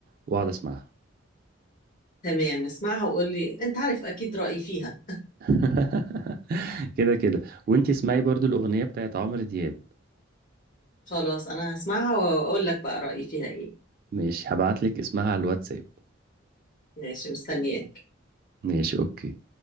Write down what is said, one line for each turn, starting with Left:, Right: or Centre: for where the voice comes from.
Right: وأقعد أسمعها
Left: تمام اسمعها وقول لي أنت عارف أكيد رأيي فيها
Right: <laughs> كده كده وأنت اسمعي برضو الأغنية بتاعت عمرو دياب
Left: خلاص أنا هسمعها وأقول لك بقى رأيي فيها إيه
Right: مش هبعتلك اسمها على الواتساب
Left: ماشي مستنياك
Right: ماشي اوكي